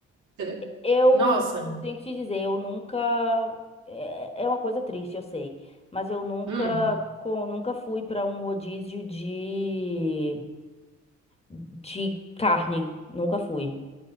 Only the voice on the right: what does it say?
entendeu?
Nossa,
hum.